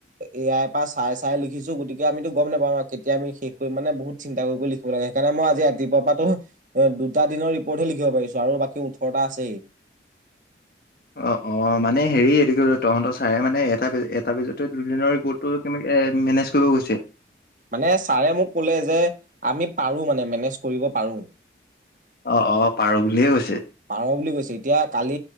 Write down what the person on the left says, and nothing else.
অ অ মানে হেৰি এইটো কি তহঁতৰ চাৰে মানে, এটা পেজ এটা পেজতে দুদিনৰ গোটটো কেনেকে এ মেনেজ কৰিব কৈছে।
অ অ পাৰোঁ বুলিহে কৈছে।